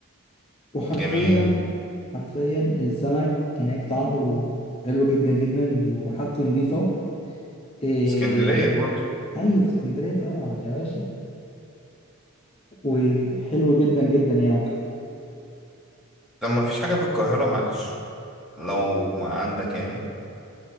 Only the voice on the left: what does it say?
وحرفيا
حرفيا السمك هناك طعمه حلو جدا جدا وحاجته نظيفة إيه...
ايوه في اسكندرية طبعا يا باشا وحلو جدا جدا يعني